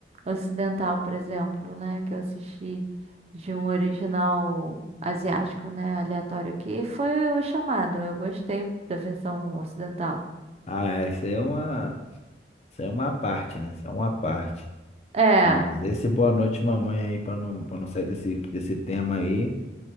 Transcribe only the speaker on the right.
ocidental, por exemplo, né, que eu assisti de um original asiático, né, aleatório aqui, foi o Chamado. Eu gostei da versão ocidental.
É,